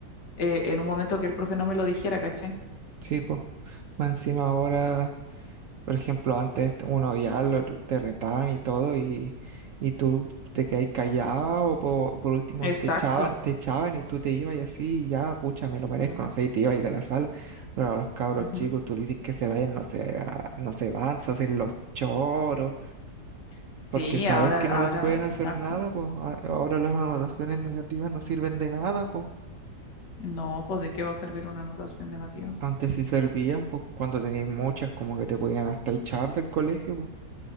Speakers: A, on the left; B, on the right.
A: eh, en un momento que el profe no me lo dijera, ¿cachai?
B: sí, po. Más encima ahora, por ejemplo, antes uno ya lo, te retaban y todo y, y tú te quedabas callado o po- por, último
A: Exacto.
B: te echaban, te echaban y tú te ibas y así y ya, pucha, me lo merezco,
A: Mm,
B: no sé, y te ibas de la sala. Pero a los cabros
A: ujú.
B: chicos tú le dices que se vayan, no se, no se van, se hacen los choros
A: Sí,
B: porque saben
A: ahora,
B: que no
A: ahora,
B: les pueden
A: exacto.
B: hacer nada, pues a- ahora las anotaciones negativas no sirven de nada, pues.
A: No, pues ¿de qué va a servir una anotación negativa?
B: Antes sí servían, pues cuando tenías muchas como que te podían hasta echar del colegio, pues.